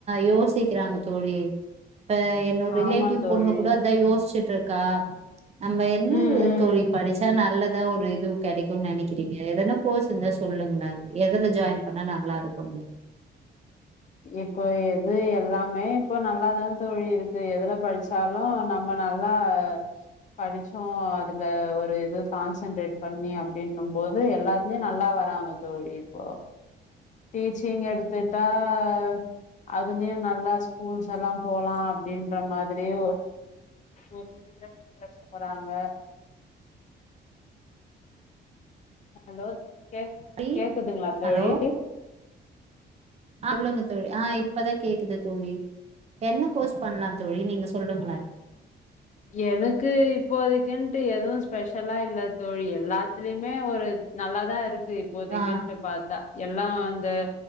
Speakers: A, on the right; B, on the left.
A: யோ சிக்கிறாங்க தோழி இப்ப என்னோட
B: ஆமா
A: ரிலேட்டிவ்
B: தோழி
A: பொண்ணு கூட அதா யோசிச்சுட்டு இருக்கா நம்ப என்னது
B: ம் ம்
A: தோழி படிச்சா நல்லதா ஒரு இது கிடைக்குனு நெனைக்கிறீங்க எனா கோர்ஸ் இருந்தா சொல்லுங்களா எதுல ஜாயின் பண்ணா நல்லா இருக்குனு
B: இப்போ எது எல்லாமே இப்போ நல்லாதா தோழி இருக்கு எதுல படிச்சாலு நம் ம்ம நல்லா படிச்சோ அதுல ஒரு இது கான்சென்ட்ரேட் பண்ணி அப்டின்னும் போது எல்லா த்திலியு நல்லா வராங்க தோழி இப்போ டீச்சிங் எடுத்துட்டா அ அதுலயு நல்லா ஸ்கூல்ஸ் எல்லா போலா அப்டின்ற மாதிரியு ஒரு சிலர் இன்ட்ரெஸ்ட் வராங்க ஹலோ கேக்
A: ழி
B: கேக்குதுங்களா தோழி
A: ஹலோ சொல்லுங்க தோழி ஆ இப்பதா கேக்குது தோழி என்ன கோர்ஸ் பண்லா தோழி நீங்க சொல்லுங்ளே
B: எனக்கு இப்போதை குன்ட்டு எதுவு ஸ்பெஷலா இல்ல தோழி எல்லாத்லயுமே ஒரு நல்லாதா இருக் க்கு இப்போதைக்குன்டு
A: ஆ
B: பாத்தா எல்லா அந்த